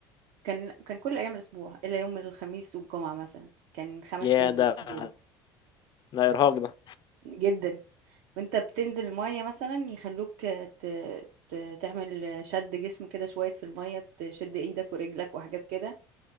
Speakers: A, on the right (about 70°); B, on the left (about 40°).
A: كان كان كل ايام الاسبوع الا يوم الخميس والجمعه مثلا كان خمس
B: يا
A: ايام في
B: ده
A: الاسبوع
B: ده ارهاق ده
A: جدا وانت بتنزل الميه مثلا يخلوك آه، ت... ت- تعمل شد جسم كده شوية في المية تشد ايدك ورجلك وحاجات كده